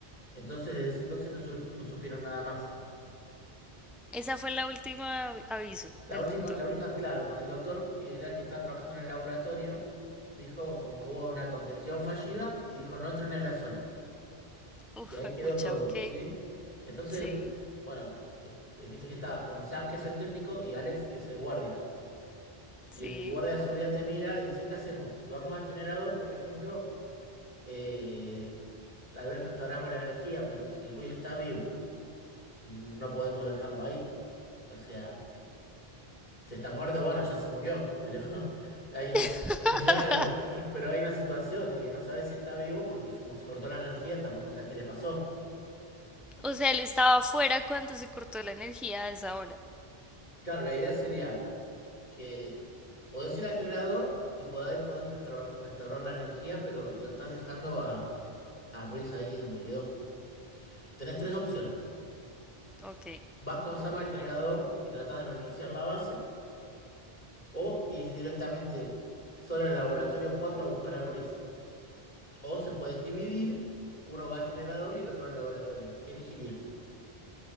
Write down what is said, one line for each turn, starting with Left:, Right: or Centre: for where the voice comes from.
Left: Entonces, desde ese entonces no, su- no supieron nada más.
Centre: Esa fue la última avi- aviso
Left: La
Centre: del
Left: última,
Centre: doctor.
Left: la única, claro, con el doctor que era el que estaba trabajando en el laboratorio, dijo como que hubo una contención fallida y dijo no entren en la zona.
Centre: Uf,
Left: Y ahí quedó
Centre: pucha,
Left: todo,
Centre: ok.
Left: ¿sí? Entonces,
Centre: Sí,
Left: bueno, es- eh, viste que estabas con Sam, que es el técnico, y Alex, que es el guardia.
Centre: sí.
Left: Y el guardia de seguridad te mira y dice, ¿qué hacemos? Si vamos al generador, por ejemplo, eh, tal vez restauramos la energía, pero si Ruiz está vivo, no podemos dejarlo ahí. O sea... Si está muerto, bueno, ya se murió, pero <laughs> hay una, si-
Centre: <laughs>
Left: <laughs> claro, pero hay una situación de que no sabes si está vivo porque como se cortó la energía, tampoco sabes qué le pasó.
Centre: O sea, él estaba afuera cuando se cortó la energía a esa hora.
Left: Claro, la idea sería que podés ir al generador y podés, podés restaurar, restaurar la energía, pero lo estás dejando a, a Ruiz ahí donde quedó. Tenés tres opciones.
Centre: Ok.
Left: Vas con Sama al generador y tratás de reiniciar la base, o ir directamente solo al laboratorio 4 a buscar a Ruiz. O se pueden dividir, uno va al generador y el otro al laboratorio. ¿Qué elegirías?